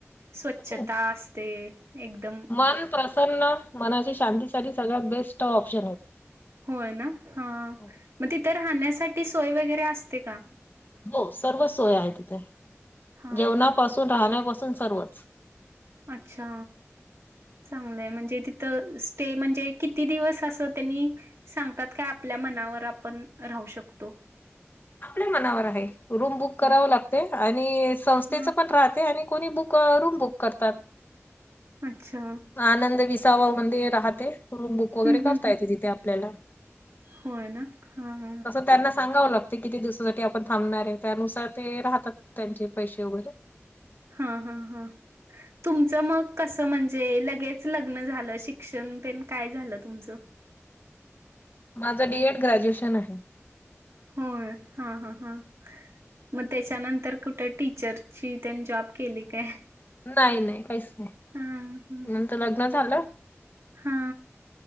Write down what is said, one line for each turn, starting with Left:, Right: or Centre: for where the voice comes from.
Right: स्वच्छता
Left: हं.
Right: असते. एकदम
Left: मन प्रसन्न मनाची शांतीसाठी सगळ्यात बेस्ट ऑप्शन
Right: होय ना हा
Left: हो
Right: मग तिथं राहण्यासाठी सोय वगैरे असते का
Left: हो सर्व सोय आहे तिथे
Right: हां
Left: जेवणापासून
Right: हां हां
Left: राहण्यापासून सर्वच
Right: अच्छा चांगलंय म्हणजे तिथं स्टे म्हणजे किती दिवस असं त्यांनी सांगतात का आपल्या मनावर आपण राहू शकतो ह
Left: आपल्या मनावर आहे रूम बुक कराव
Right: हां
Left: लागते आणि संस्थेच
Right: हां
Left: पण राहते आणि बुक करतात
Right: अच्छा
Left: आनंद विसावा म्ह राहते रूम बुक वगैरे
Right: हं, हं,
Left: करता
Right: हं.
Left: येते तिथे आपल्याला
Right: होय ना हां हां
Left: तसं त्यांना सांगाव लाग ते किती दिवसासाठी आपण थांबणार आहे त्यानुसार ते राहतात त्यांचे पैसे वगैरे
Right: हा ह तुमच म क म्हण जे लगेच लग्न झा शिक्षण प काय झालं तुमच
Left: माझं डीएड ग्रॅज्युएशन आहे
Right: होय हा-हा-हा, मग त्याच्यानंतर कुठे टीचरची त्यानी जॉब केली काय?
Left: नाही-नाही काहीच नाही,
Right: हा हा
Left: <inaudible> नंतर लग्न झालं
Right: हा